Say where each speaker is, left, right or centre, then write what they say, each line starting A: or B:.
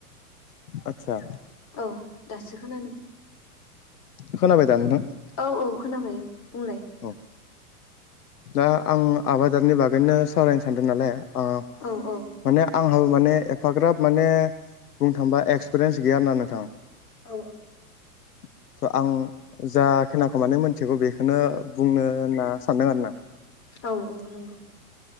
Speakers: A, on the left; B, on the left.
A: आतसा
B: औ दासो खोनादों
A: खोनाबाय दा नोंथां?
B: औ औ खोनाबाय बुंलाय
A: औ दा आं आबादारनि बागैनो सावरायनो सानदों नालाय ओ
B: औ औ
A: माने आंहाबो माने एफाग्राब माने बुंनो थांबा एक्सपिरियेन्स गैयाना नोंथां
B: औ औ
A: <inaudible> स‌ आं जा खोनाखौ माने मोनथिगौ बेखौनो बुंनो होनना सानदों आरोना
B: औ औ नंगौ